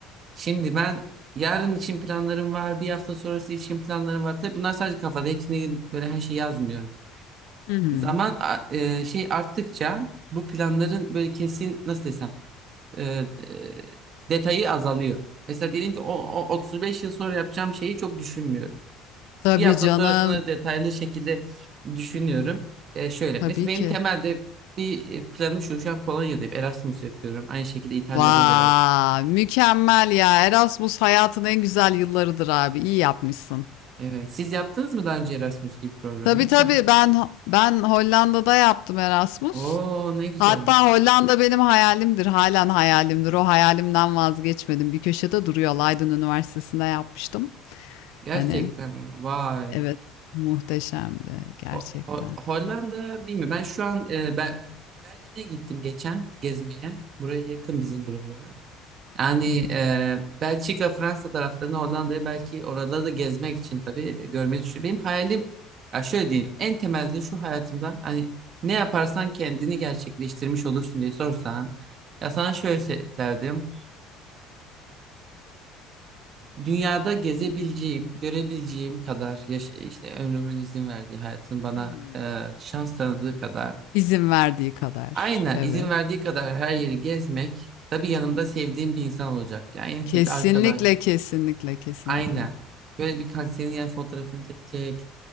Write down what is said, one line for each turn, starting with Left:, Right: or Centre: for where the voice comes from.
Right: Şimdi ben yarın için planlarım var. Bir hafta sonrası için planlarım var. Tabii bunlar sadece kafada. Hepsini böyle her şeyi yazmıyorum.
Left: Hı hı.
Right: Zaman a- e, şey arttıkça bu planların böyle kesin nasıl desem e, e, detayı azalıyor. Mesela diyelim ki o, o 35 yıl sonra yapacağım şeyi çok düşünmüyorum.
Left: Tabii
Right: Bir hafta
Left: canım.
Right: sonrasını detaylı şekilde düşünüyorum. E, şöyle
Left: Tabii
Right: mesela benim
Left: ki.
Right: temelde bir e, planım şu şu an Polonya'dayım Erasmus yapıyorum. Aynı şekilde İtalya'da
Left: Vay,
Right: da Erasmus.
Left: mükemmel ya. Erasmus hayatın en güzel yıllarıdır abi. İyi yapmışsın.
Right: Evet. Siz yaptınız mı daha önce Erasmus gibi program
Left: Tabii
Right: yoksa?
Left: tabii ben ben Hollanda'da yaptım Erasmus.
Right: Oo ne güzel.
Left: Hatta Hollanda benim hayalimdir. Halen hayalimdir. O hayalimden vazgeçmedim. Bir köşede duruyor. Leiden Üniversitesi'nde yapmıştım.
Right: Gerçekten
Left: Hani
Right: mi? vay.
Left: Evet, muhteşemdi gerçekten.
Right: Ho- Ho- Hollanda bilmiyorum. Ben şu an e, ben Berlin'e gittim geçen gezmeye. Buraya yakın bizim buralara. Yani
Left: Hı.
Right: e, Belçika, Fransa taraflarına Hollanda'ya belki oraları da gezmek için tabii görmeyi düşünüyorum. Benim hayalim ya şöyle diyeyim. En temelde şu hayatımda hani ne yaparsan kendini gerçekleştirmiş olursun diye sorsan ya sana şöyle se- derdim. Dünyada gezebileceğim, görebileceğim kadar yaş işte ömrümün izin verdiği, hayatın bana
Left: Hı hı.
Right: e, şans tanıdığı kadar,
Left: İzin verdiği kadar.
Right: aynen
Left: Evet.
Right: izin verdiği kadar her yeri gezmek, tabii yanımda sevdiğim bir insan olacak. Yani en
Left: Kesinlikle,
Right: kötü arkadaş,
Left: kesinlikle, kesinlikle.
Right: aynen. Böyle bir senin yani fotoğrafını çekecek.